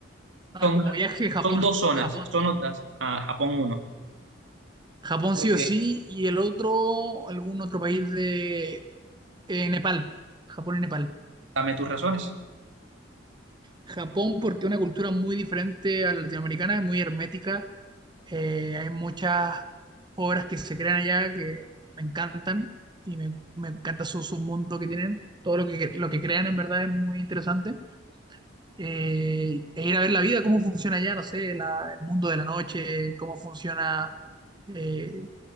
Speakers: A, on the right (about 25°); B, on the right (about 80°).
A: Ah,
B: Son,
A: como viaje, Japón.
B: son dos zonas,
A: Japón.
B: son otras, a Japón uno.
A: Japón
B: ¿Por
A: sí
B: qué?
A: o sí. Y el otro, algún otro país de eh, Nepal. Japón y Nepal.
B: Dame tus razones.
A: Japón porque es una cultura muy diferente a la latinoamericana, es muy hermética. Eh, hay muchas obras que se crean allá que me encantan y me, me encanta su submundo que tienen. Todo lo que, lo que crean en verdad es muy interesante. eh, e ir a ver la vida, cómo funciona allá, no sé, la- el mundo de la noche, cómo funciona eh,